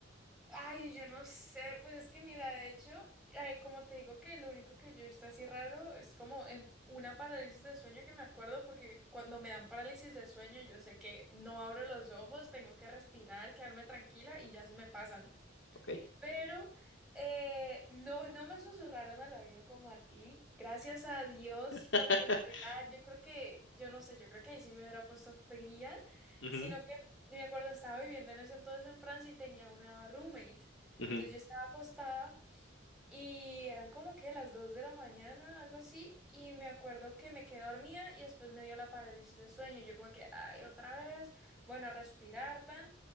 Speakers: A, in the centre; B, on the left (about 70°).
A: Ay, yo no sé, pues es que mira, de hecho, ay, como te digo que lo único que yo he visto así raro es como en una parálisis de sueño que me acuerdo porque cuando me dan parálisis de sueño yo sé que no abro los ojos, tengo que respirar, quedarme tranquila y ya se me pasan.
B: Ok.
A: Pero eh, no, no me susurraron al oído como a ti. Gracias a Dios,
B: <laughs>
A: porque me hubiera- yo creo que, yo no sé, yo creo que ahí sí me hubiera puesto fría,
B: Ujú,
A: sino que me acuerdo, estaba viviendo en ese entonces en Francia y tenía una roommate.
B: ujú,
A: Entonces yo estaba acostada y eran como que las 2 de la mañana, algo así, y me acuerdo que me quedé dormida y después me dio la parálisis de sueño. Yo como que, ay, otra vez, bueno, a respirar tan,